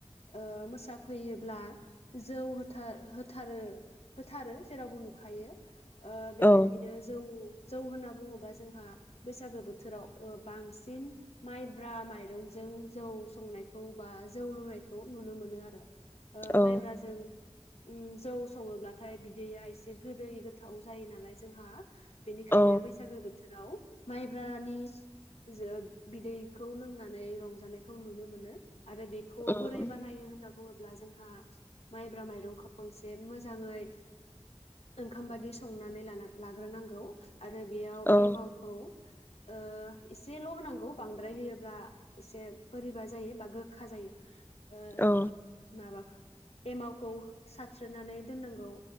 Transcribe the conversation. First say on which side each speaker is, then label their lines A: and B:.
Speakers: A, on the left; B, on the left.
A: ओ मोसाफैयोब्ला जौ होथार होथारो होथारो जेरावबो नुखायो। ओ बेबायदिनो
B: औ
A: जौ जौ होन्ना बुङोब्ला जोंहा बैसागो बोथोराव बांसिन माइब्रा माइरंजों जौ संनायखौ बा जौ लोंनायखौ नुनो मोनो आरो। ओ
B: औ
A: माइब्राजों उम जौ सङोब्लाथाय बिदैया एसे गोदै गोथाव जायो नालाय जोंहा। बेनिखायनो
B: औ
A: बैसागो बो थोराव माइब्रानि जो बिदैखौ लोंनानै रंजानायखौ नुनो मोनो। आरो बेखौ
B: उम
A: बोरै बानायो होनो‌ बुङोब्ला जोंहा माइब्रा माइरंखौ एसे मोजाङै ओंखाम बादि संनानै लानां लाग्रोनांगौ। आरो बेयाव
B: औ
A: एमावखौ ओ एसेल' होनांगौ बांद्राय होयोब्ला एसे बोरैबा जायो बा गोखा जायो। ओ
B: औ
A: माबा एमावखौ साबस्रोनानै दोननांगौ।